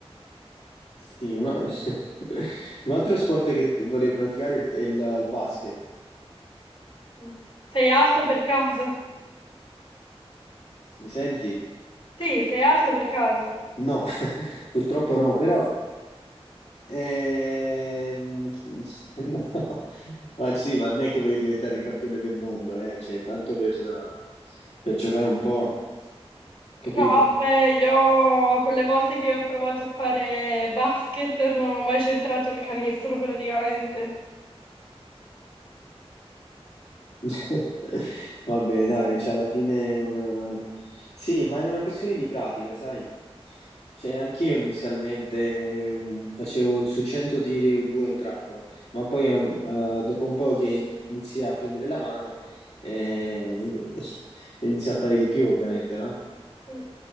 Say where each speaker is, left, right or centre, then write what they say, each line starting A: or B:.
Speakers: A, on the left; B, on the left.
A: Sì, una- <laughs> un altro sport che vorrei praticare è il, il basket.
B: Mm. Sei alto per caso? <laughs>
A: Mi senti?
B: Sì, sei alto per caso.
A: No, <laughs> purtroppo no, però ehm, <laughs> no. Ma sì, ma non è che voglio diventare il campione del mondo, eh? Cioè, tanto per, per giocare un po', capito?
B: No, vabbè, io quelle volte che ho provato a fare basket non ho mai centrato il canestro praticamente.
A: <laughs> Vabbè, dai, cioè alla fine è un... Sì, ma è una questione di pratica, sai? Cioè, anche io inizialmente ehm, facevo su 100 tiri, due entravano, ma poi ehm, eh, dopo un po' che inizi a prendere la mano, eh, <laughs> inizi a fare di più, ovviamente, no?
B: Mm.